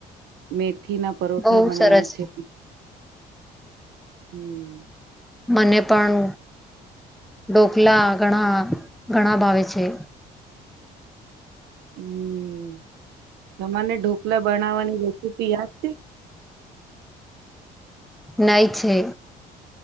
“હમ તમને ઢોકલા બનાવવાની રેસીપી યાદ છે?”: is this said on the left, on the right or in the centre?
Right